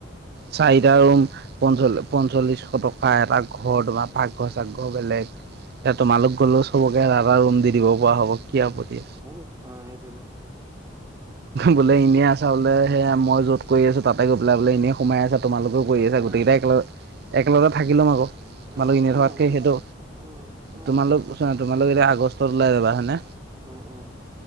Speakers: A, on the right (about 55°); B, on the right (about 15°).
A: চাৰিটা ৰুম পঞ্চল্লি পঞ্চল্লিশ টকা, এটা ঘৰ তোমাৰ পাকঘৰ চাকঘৰ বেলেগ। এতিয়া তোমালোক গ'লে চবকে এটা এটা ৰুম দি দিব পৰা হ'ব কি আপত্তি।
B: অ' এইটোৱেটো।
A: বুলে এনেই আছা, বোলে সেয়া মই য'ত কৰি আছোঁ তাতে গৈ বোলে বোলে এনেই সোমাই আছা তোমালোকেও
B: এনেই
A: কৰি আছা,
B: সোমাই
A: গোটেই কেইটা
B: আৰু
A: একেলগ একেলগতে থাকি ল'ম আকৌ। তোমালোক
B: অ
A: এনেই
B: থাকি
A: থকাতকে,
B: ল'ম কিনো
A: সেইটো
B: উম উম
A: তোমালোক তোমালোক এতিয়া আগষ্টত ওলাই যাবা হয়নে?
B: উম উম